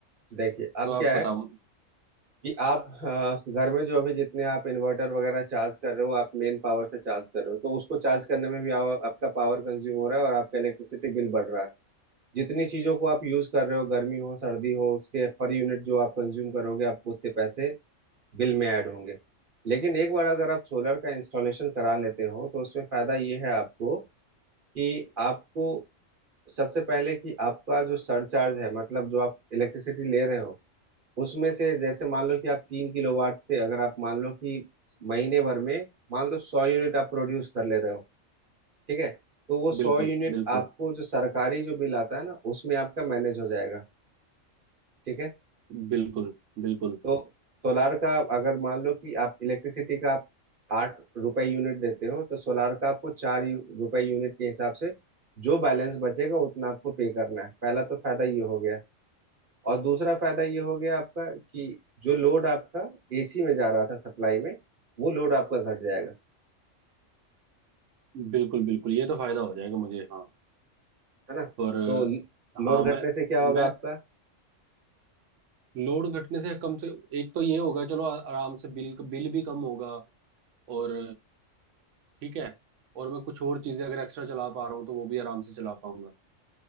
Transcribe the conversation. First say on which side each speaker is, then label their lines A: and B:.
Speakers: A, on the right; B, on the right.
A: देखिए अब
B: तो आप
A: क्या
B: बताओ
A: है कि आप अ, घर में जो अभी जितने आप इन्वर्टर वगैरह चार्ज कर रहे हो आप मेन पावर से चार्ज कर रहे हो तो उसको चार्ज करने में भी आप, आपका पावर कंज्यूम हो रहा है और आपका इलेक्ट्रिसिटी बिल बढ़ रहा है जितनी चीजों को आप यूज कर रहे हो गर्मी हो सर्दी हो उसके पर यूनिट जो आप कंज्यूम करोगे आपको उतने पैसे बिल में ऐड होंगे लेकिन एक बार अगर आप सोलर का इंस्टॉलेशन करा लेते हो तो उसमें फायदा ये है आपको कि आपको सबसे पहले कि आपका जो सरचार्ज है मतलब जो आप इलेक्ट्रिसिटी ले रहे हो उसमें से जैसे मान लो कि आप तीन किलोवाट से अगर आप मान लो कि महीने भर में मान लो सौ यूनिट आप प्रोड्यूस कर ले रहे हो ठीक है तो वो सौ
B: बिल्कुल
A: यूनिट
B: बिल्कुल
A: आपको जो सरकारी जो बिल आता है ना उसमें आपका मैनेज हो जाएगा ठीक है
B: बिल्कुल बिल्कुल
A: तो सोलार का अगर मान लो कि आप इलेक्ट्रिसिटी का आप आठ रुपए यूनिट देते हो तो सोलार का आपको चार यू- रुपए यूनिट के हिसाब से जो बैलेंस बचेगा उतना आपको पे करना है पहला तो फायदा ये हो गया और दूसरा फायदा ये हो गया आपका कि जो लोड आपका एसी में जा रहा था सप्लाई में वो लोड आपका घट जाएगा
B: बिल्कुल बिल्कुल ये तो फायदा हो जाएगा मुझे हाँ
A: है ना
B: पर
A: तो लोड
B: हाँ
A: घटने
B: मैं
A: से क्या होगा
B: मैं
A: आपका
B: लोड घटने से कम से एक तो ये होगा चलो आ- आराम से बिल बिल भी कम होगा और ठीक है और मैं कुछ और चीजें अगर एक्स्ट्रा चला पा रहा हूँ तो वो भी आराम से चला पाऊंगा